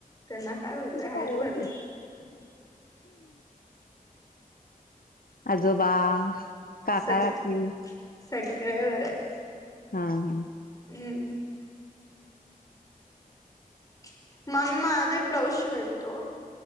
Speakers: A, on the left; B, on the left.
A: त्यांना काय होतंय आहेत
B: पायावरती
A: बरी
B: आजोबा? काका
A: सग
B: काकी?
A: सगळे बरे येत.
B: हा हा.
A: हम्म. <unintelligible> ब्लाऊज शिवायलतो.